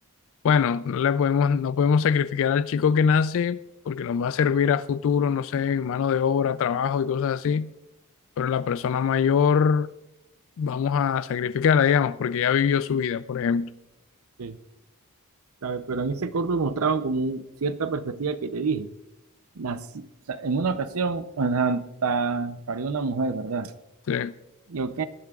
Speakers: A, on the left; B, on the right.
A: bueno, no le podemos, no podemos sacrificar al chico que nace porque nos va a servir a futuro, no sé, mano de obra, trabajo y cosas así, pero la persona mayor vamos a sacrificarla, digamos, porque ya vivió su vida, por ejemplo.
B: sí. A ver, Pero en ese corto mostraban como un- cierta perspectiva que te dije. Las- o sea, en una ocasión, ajá, pa- parió una mujer, ¿verdad?
A: Sí,
B: Y ok,